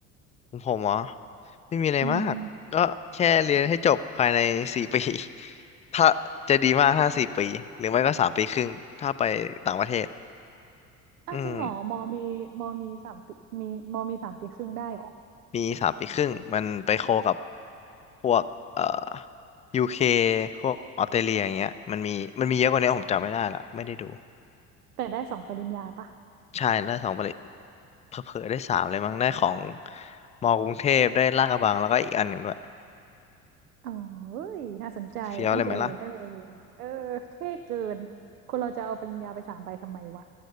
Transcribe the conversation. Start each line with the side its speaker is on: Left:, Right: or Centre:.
Left: ของผมเหรอไม่มีอะไรมาก
Right: อืม
Left: ก็แค่เรียนให้จบภายในสี่ปี <laughs> ถ้าจะดีมากถ้าสี่ปี หรือไม่ก็สามปีครึ่ง ถ้าไปต่างประเทศ
Right: อ่ะจริงเหรอมอมีมอมีสามปีมีมอมีสามปีครึ่งได้เหรอ
Left: อืม ปีสามปีครึ่งมันไปโคกับพวกเอ่อยูเคพวกออสเตรเลียอย่างเงี้ยมันมีมันมีเยอะกว่านี้ผมจำไม่ได้ละไม่ได้ดู
Right: แต่ได้สองปริญญาปะ
Left: ใช่ได้สองประเด็นเผลอๆได้สามเลยมั้งได้ของมอกรุงเทพได้ลาดกระบังแล้วก็อีกอันหนึ่งด้วย
Right: อ๋อเอ้ยน่าสนใจ
Left: เฟี้ยวเลยไหมล่ะ
Right: ตั้งใจเรียนตั้งใจเรียนเออเท่เกินคนเราจะเอาปริญญาไปสามใบทำไมวะ